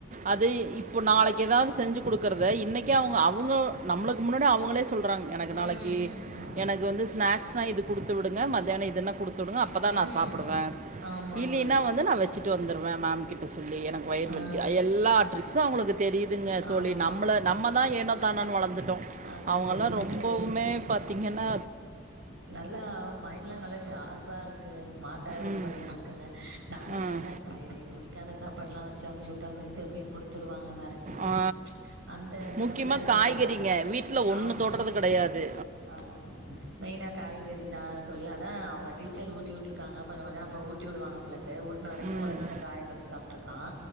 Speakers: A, on the right; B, on the right.
A: அது இ இப்போ நாளைக்கு எதாவது செஞ்சு குடுக்குறத இன்னைக்கே அவுங்க அவுங்க நம்ளுக்கு முன்னாடி அவுங்களே சொல்றாங் எனக்கு
B: ம்.
A: நாளைக்கி எனக்கு வந்து ஸ்னேக்ஸ் ந இது குடுத்துடுங்க மத்தியான இதுன குடுத்துடுங்க அப்பதா
B: ம்
A: நா சாப்பிடுவே
B: ஆமா
A: இல்லினா
B: தோழி
A: வந்து நா வச்சு ட்டு வந்துருவே மேம் கிட்ட சொ சொல்லி எனக்கு வயிறு
B: ஆ
A: வலிக்கி எல்லா ட்ரிக்ஸும் அவுங்களுக்கு தெரியுதுங்க
B: ஆமா
A: தோழி நம்மள நம்மதா ஏனோ தானோன்னு வளந்துட்டோ
B: அத
A: அவுங்கலா
B: சொல்லுங்க
A: ரொம்பவுமே
B: தோழி
A: பாத்தீங்கன்னா
B: நல்லா மைண்ட்லா நல்லா ஷார்ப்பாருக்குஸ் ஸ்மார்ட்டா இது
A: ம்.
B: பண்ணிட்ருக்குங்க நா நெனச்சே
A: அ.
B: சேரி புடிக்காத சாப்பாட்லா வ ச்சு அம்சூட்டா மிஸ் எப்டியு குடுத்துட் ருவாங்க மெரட்டி
A: ஆ
B: அந்த நெனப்புலருந்தா
A: முக்கியமாக காய்கறிங்க வீட்டில் ஒன்று
B: ஆம்மா
A: தொடுறது கிடையாது
B: ஆ மெயினா காய்கறிதா தோழி அதா அவுங்க டீச்சர் ஊட்டி வுட்டுருக்காங்க கொஞ்ச கொஞ்ச அப்ப ஊட்டி வுடுவாங்க போல க ஊட்ன வரைக்கு
A: ம்
B: ஒழுங்கா அந்த காய தொட்டு சாப்ட்ருக்கா